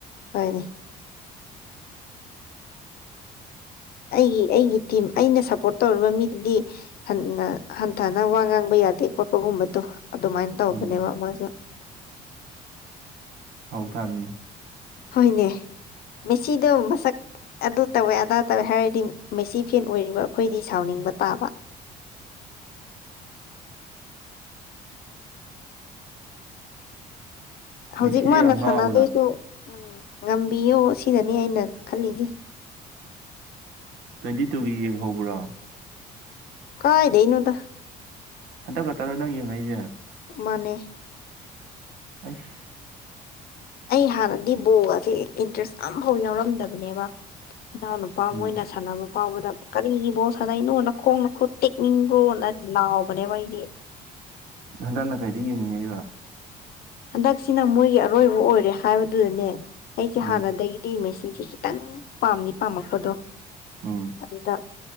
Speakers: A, on the left; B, on the right.
A: ꯍꯣꯢꯅꯦ ꯑꯩꯒꯤ ꯑꯩꯒꯤ ꯇꯤꯝ ꯑꯩꯅ ꯁꯞꯄꯣꯔꯠ ꯇꯧꯔꯤꯕ ꯃꯤꯗꯨꯗꯤ ꯍꯟꯅ ꯍꯟꯊꯅ ꯋꯥ ꯉꯥꯡꯕ ꯌꯥꯗꯦ ꯈꯣꯠꯄꯒꯨꯝꯕꯗꯨ ꯑꯗꯨꯃꯥꯏꯟ ꯇꯧꯕꯅꯦꯕ
B: ꯎꯝ
A: ꯃꯥꯁꯨ
B: ꯇꯥꯃꯤ
A: ꯍꯣꯏꯅꯦ ꯃꯦꯁꯤꯗꯣ ꯃꯁꯛ ꯑꯗꯨ ꯇꯧꯋꯦ ꯑꯗꯥ ꯇꯧꯋꯦ ꯍꯥꯏꯔꯗꯤ ꯃꯦꯁꯤ ꯐꯦꯟ ꯑꯣꯏꯔꯤꯕ ꯑꯈꯣꯏꯗꯤ ꯁꯥꯎꯅꯤꯡꯕ ꯇꯥꯕ ꯍꯧꯖꯤꯛ
B: ꯃꯦꯁꯤꯗꯤ
A: ꯃꯥꯅ
B: ꯌꯥꯝ
A: ꯁꯥꯟꯅꯗꯣꯏꯁꯨ
B: ꯉꯥꯎꯕꯗꯣ
A: ꯎꯝ ꯉꯝꯕꯤꯌꯣ ꯁꯤꯗꯅꯦ ꯑꯩꯅ ꯈꯜꯂꯤꯖꯦ
B: ꯇ꯭ꯋꯦꯟꯇꯤ ꯇꯨꯒꯤ ꯌꯦꯡꯍꯧꯕ꯭ꯔꯣ
A: ꯀꯥꯏꯗꯩꯅꯣꯗ
B: ꯍꯟꯇꯛ ꯈꯛꯇꯔꯣ ꯅꯪ ꯌꯦꯡꯉꯛꯏꯖꯦ
A: ꯃꯥꯅꯦ
B: ꯑꯩꯁ
A: ꯑꯩ ꯍꯥꯟꯅꯗꯤ ꯕꯣꯜꯒꯁꯦ ꯏꯟꯇ꯭ꯔꯦꯁ ꯑꯝꯐꯥꯎ ꯌꯥꯎꯔꯝꯗꯕꯅꯦꯕ ꯏꯅꯥꯎꯅꯨꯄꯥ
B: ꯎꯝ
A: ꯃꯣꯏꯅ ꯁꯥꯟꯅꯕ ꯐꯥꯎꯕꯗ ꯀꯔꯤꯒꯤ ꯕꯣꯜ ꯁꯥꯟꯅꯩꯅꯣ ꯅꯈꯣꯡ ꯅꯈꯨꯠ ꯇꯦꯛꯅꯤꯡꯕ꯭ꯔꯣꯅ ꯂꯥꯎꯕꯅꯦꯕ ꯑꯩꯗꯤ
B: ꯍꯟꯗꯛꯅ ꯀꯩꯗ ꯌꯦꯡꯅꯤꯡꯉꯛꯏꯕ
A: ꯍꯟꯗꯛꯁꯤꯅ ꯃꯣꯏꯒꯤ ꯑꯔꯣꯏꯕ ꯑꯣꯏꯔꯦ ꯍꯥꯏꯕꯗꯨꯗꯅꯦ ꯑꯩꯁꯦ
B: ꯎꯝ
A: ꯍꯥꯟꯅꯗꯒꯤꯗꯤ ꯃꯦꯁꯤ ꯁꯤꯁꯦ ꯈꯤꯇꯪ ꯄꯥꯝꯗꯤ ꯄꯥꯝꯃꯛꯄꯗꯣ
B: ꯎꯝ
A: ꯑꯗꯨꯗ